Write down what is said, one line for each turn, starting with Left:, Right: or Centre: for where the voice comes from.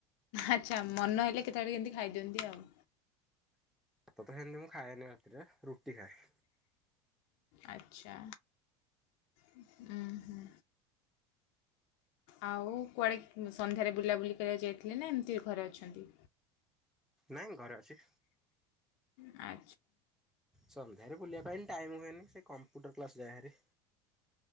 Left: ଆଚ୍ଛା ମନ ହେଲେ କେତେବେଳେ କେମିତି ଖାଇଦିଅନ୍ତି ଆଉ।
Centre: ଭାତ ତ ସେମତି ମୁଁ ଖାଏନି ରାତିରେ ରୁଟି ଖାଏ।
Left: ଆଚ୍ଛା ଉ ହୁଁ ଆଉ କୁଆଡ଼େ ସନ୍ଧ୍ୟାରେ ବୁଲାବୁଲି କରିବାକୁ ଯାଇଥିଲେ ନା ଏମିତି ଘରେ ଅଛନ୍ତି।
Centre: ନାଇଁ ଘରେ ଅଛି।
Left: ଆ
Centre: ସନ୍ଧ୍ୟାରେ ବୁଲିବା ପାଇଁ ଟାଇମ ହୁଏନି ସେ କମ୍ପୁଟର କ୍ଲାସ୍ ଯାଏହେରି